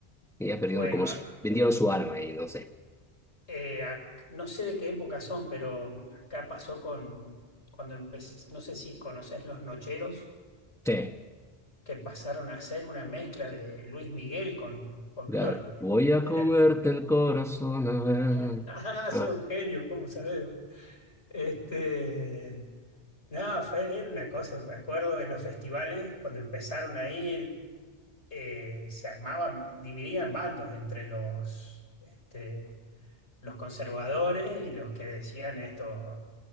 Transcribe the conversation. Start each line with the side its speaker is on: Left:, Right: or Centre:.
Centre: que ya perdieron
Left: Bueno,
Centre: como
Left: a-
Centre: su- vendieron su alma y no sé.
Left: eh, ac- no sé de qué época son, pero acá pasó con, cuando empecé, no sé si conoces Los Nocheros,
Centre: Sí.
Left: que pasaron a ser una mezcla de Luis Miguel con folclore.
Centre: Claro. Voy a
Left: Eran,
Centre: comerte el corazón a ver.
Left: <laughs> ah,
Centre: Ah,
Left: son genios, ¿cómo sabés? Este, no, fue, era una cosa, me acuerdo en los festivales, cuando empezaron a ir eh, se armaban, dividían bandos entre los, este los conservadores y los que decían esto,